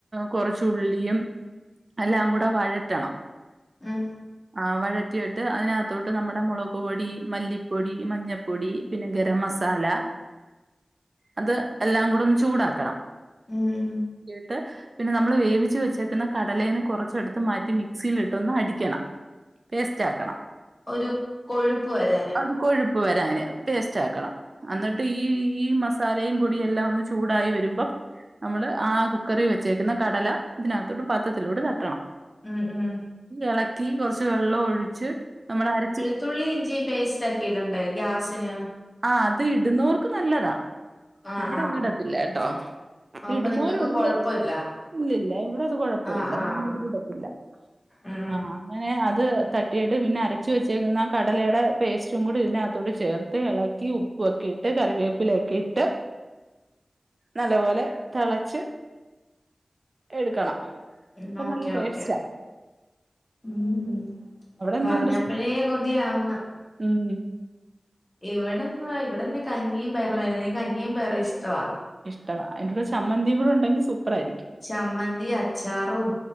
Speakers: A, on the right; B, on the left.
A: കുറച്ചുള്ളിയും എല്ലാം കൂടെ വഴറ്റണം
B: ഉം
A: ആ വഴറ്റിട്ട് അതിനകത്തോട്ട് നമ്മുടെ മുളക് പൊടി മല്ലിപ്പൊടി മഞ്ഞപ്പൊടി പിന്നെ ഗരം മസാല അത് എല്ലാം കൂടെ ഒന്ന് ചൂടാക്കണം
B: ഉം
A: ട്ട് പിന്നെ നമ്മള് വേവിച്ച് വെച്ചേക്കുന്ന കടലേനെ കുറച്ചെടുത്ത് മാറ്റി മിക്സിൽ ഇട്ട് ഒന്ന് അടിക്കണം പേസ്റ്റ് ആക്കണം
B: ഒരു കൊഴുപ്പ് വരാനാ
A: ഒരു വരാന് പേസ്റ്റ് ആക്കണം അന്നിട്ട് ഈ ഈ മസാലയും പൊടിയും എല്ലാം ഒന്ന് ചൂടായി വരുമ്പം നമ്മള് ആ കുക്കറിൽ വെച്ചേക്കുന്ന കടല ഇതിനകത്തോട്ട് പാത്രത്തിലോട്ട് ത ട്ടണം
B: ഉം ഉം
A: എളക്കി കൊർച്ച് വെള്ളഒഴിച്ച് നമ്മള് അരച്ച്
B: ളുതുള്ളി ഇഞ്ചിയും പേസ്റ്റ് ആക്കിയിടണ്ടേ ഗ്യാസിന്
A: ആ അത് ഇടുന്നോർക്ക് നല്ലതാ
B: ആഹ്
A: ഇവിടെ
B: ആഹ്
A: അതിടത്തില്ലേ ട്ടോ
B: അപ്പൊ
A: ഇടുന്നൊരുണ്ട്
B: നിങ്ങക്ക് കൊഴപ്പല്ല
A: ഇല്ലില്ല ഇവിടെ അത് കൊഴപ്പല്ല
B: ആഹ് ആഹ്
A: ഇവര് ഇടത്തില്ല
B: ഉം
A: ആഹ് അങ്ങനെ അത് തട്ടിയിട്ട് പിന്നെ അരച്ച് വെച്ചേക്കുന്ന കടലയുടെ പേസ്റ്റും കൂടെ ഇതിനകത്തോട്ട് ചേർക്കും ത്ത് എളക്കി ഉപ്പു ഒക്കെ ഇട്ട് കറിവേപ്പിലൊക്കെ ഇട്ട് നല്ലപോലെ തെളച്ച് എടുക്കണം
B: ഉം
A: അപ്പം
B: ഓക്കെ
A: നല്ല ടേസ്റ്റാ
B: ഓക്കെ ഉം
A: അവിടെ എന്തുകൊണ്ട്
B: പറഞ്ഞപ്പഴേ കൊതിയാവുന്ന്
A: ഉം
B: ഇവടന്ന് ഇവടെന്ന് കഞ്ഞിയും പയറും ആരുന്നു എനിക്ക് കഞ്ഞിയും പയറും ഇഷ്ടവാ
A: ഇഷ്ടവാ അഴിന്റെ കൂടെ ചമ്മന്തിയും കൂടെ ഉണ്ടെങ്കിൽ സൂപ്പർ ആയിരിക്കും
B: ചമ്മന്തി അച്ചാറും